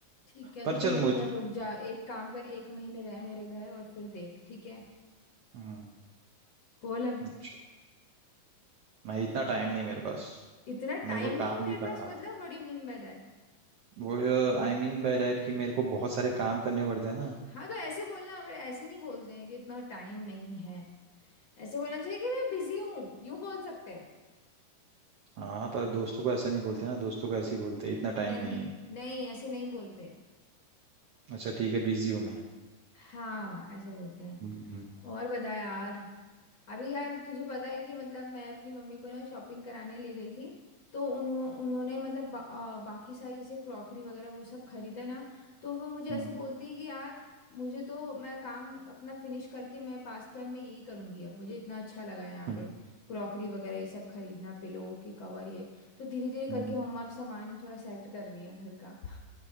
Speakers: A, on the left; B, on the right.
A: ठीक है
B: पर
A: तो तू
B: चल
A: मेरे
B: मुझ
A: घर रुक जा एक काम कर एक महीने रह मेरे घर और फिर देख ठीक है
B: हम्म,
A: बोल अब
B: अच्छा मैं इतना टाइम नहीं मेरे पास
A: इतना
B: मेरे
A: टाइम
B: को काम
A: नहीं है मेरे
B: भी करना
A: पास
B: होता
A: मतलब what do you mean by that
B: है। वो आई मीन बाय डैट कि मेरे को बहुत सारे काम करने पड़ते हैं ना
A: हाँ तो ऐसे बोलना पर ऐसे नहीं बोलते हैं कि इतना टाइम नहीं है ऐसे बोलना चाहिए कि मैं बिजी हूँ यूं बोल सकते हैं
B: हाँ पर दोस्तों को ऐसा नहीं बोलते ना दोस्तों को ऐसे ही बोलते हैं इतना टाइम
A: नहीं
B: नहीं है
A: नहीं ऐसे नहीं बोलते
B: अच्छा ठीक है बिजी हूँ मैं
A: हाँ ऐसे बोलते हैं
B: हम्म हम्म
A: और बता यार अभी यार तुझे पता है कि मतलब मैं अपनी मम्मी को ना शॉपिंग कराने ले गई थी तो उन्हों उन्होंने मतलब बा, आ, बाकी सारी जैसे क्रॉकरी वगैरह वो सब खरीदा ना तो वो मुझे
B: हम्म,
A: ऐसे बोलती है कि यार मुझे तो मैं काम अपना फिनिश करके मैं पास टाइम में यही करूँगी अब मुझे इतना अच्छा लगा है यहाँ
B: हम्म,
A: पे क्रॉकरी वगैरह ये सब खरीदना पिलो के कवर ये तो धीरे धीरे करके
B: हम्म।
A: मम्मा अब सामान थोड़ा सेट कर रही हैं घर का